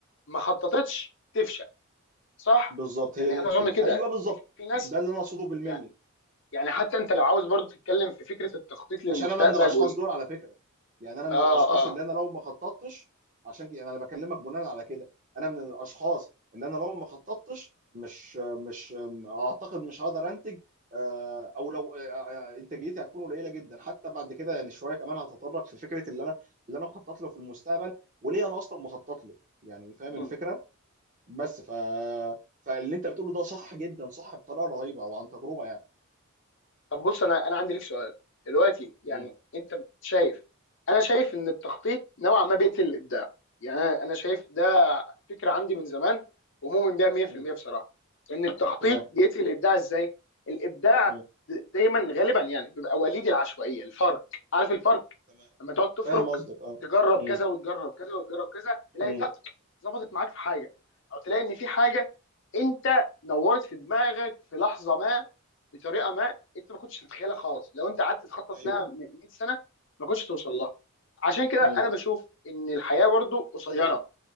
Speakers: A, on the left (about 55°); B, on the right (about 35°).
A: ما خططتش تفشل صح
B: بالظبط
A: يعني
B: هي دي
A: انا
B: الفكره
A: اظن كده
B: ايوه بالظبط
A: ان في في ناس
B: ده اللي انا اقصده بالملي
A: يعني يعني حتى انت لو عاوز برضو تتكلم في فكره التخطيط للمستقبل
B: عشان انا من الاشخاص
A: وال
B: دول على فكره يعني انا من
A: اه
B: الاشخاص
A: اه
B: اللي انا لو ما خططتش عشان كده يعني انا بكلمك بناء على كده انا من الاشخاص اللي انا لو ما خططتش مش مش اعتقد مش هقدر انتج آه، او لو آه، آه، انتاجيتي هتكون قليله جدا حتى بعد كده يعني شويه كمان هتطرق في فكره اللي انا اللي انا مخطط له في المستقبل وليه انا اصلا مخطط له يعني فاهم
A: مم.
B: الفكره بس ف فاللي انت بتقوله ده صح جدا صح بطريقه رهيبه او عن تجربه يعني
A: طب بص انا انا عندي لك سؤال دلوقتي يعني
B: م.
A: انت شايف انا شايف ان التخطيط نوعا ما بيقتل الابداع يعني انا أنا شايف ده فكره عندي من زمان ومؤمن بيها 100%
B: م.
A: بصراحه ان التخطيط
B: تمام
A: بيقتل الابداع ازاي؟ الابداع
B: م.
A: دايما غالبا يعني بيبقى وليد العشوائيه الفرق عارف الفرق
B: تمام
A: لما تقعد تفرك
B: فاهم قصدك اه
A: تجرب
B: مم.
A: كذا وتجرب كذا وتجرب كذا تلاقي
B: مم.
A: تك ظبطت معاك في حاجه او تلاقي ان في حاجه انت نورت في دماغك في لحظه ما بطريقه ما انت ما كنتش تتخيلها خالص لو انت قعدت تخطط
B: ايوه
A: لها من 100 سنه ما كنتش توصل لها عشان كده
B: مم.
A: انا بشوف ان الحياه برضو قصيره